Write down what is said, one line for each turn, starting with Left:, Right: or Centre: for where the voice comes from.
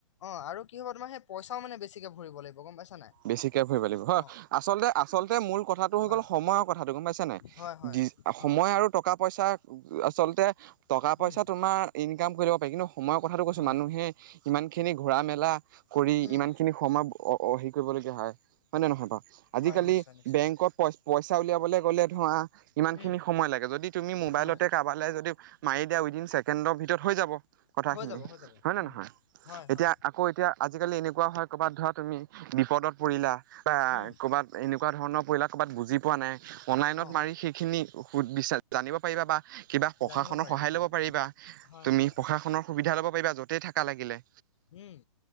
Left: অ'! আৰু কি হ'ব তোমাৰ, সেই পইচাও মানে, বেছিকে ভৰিব লাগিব, গম পাইছা নাই?
Right: বেছিকে ভৰিব লাগিব। হয়!
Left: অ
Right: আচলতে, আচলতে, মূল কথাটো হৈ
Left: হয়
Right: গ'ল, সময়ৰ কথাটো গম পাইছা নাই?
Left: হয় হয়
Right: সময়
Left: অ
Right: আৰু টকা-পইচা আচলতে, টকা-পইচা
Left: উম
Right: তোমাৰ, ইনকাম কৰি থাকিব পাৰি। কিন্তু, সময়ৰ কথাটো কৈছোঁ!
Left: হয়
Right: মানুহে, ইমান খিনি ঘূৰা- মেলা কৰি,
Left: উম
Right: ইমান খিনি সময় কৰিবলগীয়া হয়। হয় নে নহয় বাৰু? আজিকালি,
Left: হয় নিশ্চয় নিশ্চয়
Right: বেংকত পই-পইচ উলিয়াবলৈ গ'লে, ধৰা, ইমান খিনি
Left: উম
Right: সময় লাগে। যদি, তুমি মোবাইলতে
Left: হয়
Right: কা ক'ৰবালে যদি মাৰি দিয়া, ‌ উইদিন ছেকেণ্ডৰ ভিতৰত হৈ যাব। কথাখিনি,
Left: হৈ যাব হৈ যাব
Right: হয় নে
Left: উম
Right: নহয়?
Left: হয়
Right: এতিয়া,
Left: হয়
Right: আকৌ এতিয়া, আজিকালি এনেকুৱা হয়, ক'ৰবাত ধৰা তুমি, বিপদত পৰিলা বা
Left: উম
Right: ক'ৰবাত এনেকুৱা ধৰণৰ, <unintelligible> ক'ৰবাত বুজি পোৱা নাই। অনলাইনত
Left: অ
Right: মাৰি সেইখিনি সুধ বিচাৰি জানিব পাৰিবা বা কিবা প্ৰশাসনৰ
Left: জানিব পাৰিম
Right: সহায়
Left: হয়
Right: ল'ব পাৰিবা।
Left: হয়
Right: তুমি
Left: হয়
Right: প্ৰশাসনৰ সুবিধা ল'ব পাৰিবা, য'তেই থাকা লাগিলে।
Left: উম।